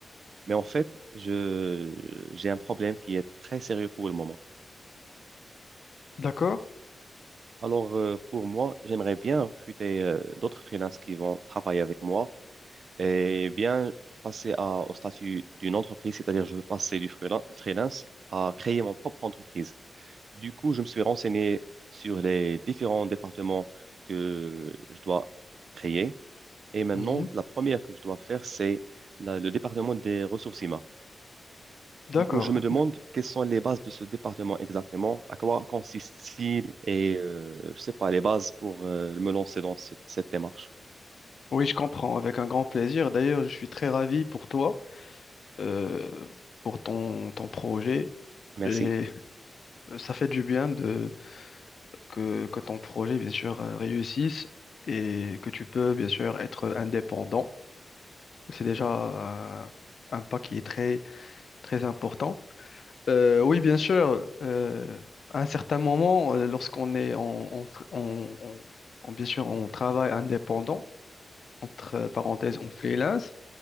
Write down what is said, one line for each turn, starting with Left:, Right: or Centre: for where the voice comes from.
Right: Mais en fait, je, j'ai un problème qui est très sérieux pour le moment.
Left: D'accord?
Right: Alors, euh, pour moi, j'aimerais bien recruter euh, d'autres freelances qui vont travailler avec moi et bien passer à, au statut d'une entreprise, c'est-à-dire je veux passer du freela- freelance à créer mon propre entreprise. Du coup, je me suis renseigné sur les différents départements que je dois créer. Et maintenant,
Left: Mhm.
Right: la première que je dois faire, c'est la- le département des ressources humaines.
Left: D'accord.
Right: Du coup, je me demande quelles sont les bases de ce département exactement, à quoi consiste-t-il et, euh, je sais pas, les bases pour euh, me lancer dans ce- cette démarche.
Left: Oui, je comprends, avec un grand plaisir. D'ailleurs, je suis très ravi pour toi, euh, pour ton, ton projet.
Right: Merci.
Left: Et euh, ça fait du bien de, que, que ton projet, bien sûr, euh, réussisse et que tu peux, bien sûr, être indépendant. C'est déjà un, un pas qui est très, très important. Euh, oui, bien sûr, euh, à un certain moment, euh, lorsqu'on est en, en- tr- en- en- en- bien sûr, on travaille indépendant, entre euh, parenthèses, on freelance,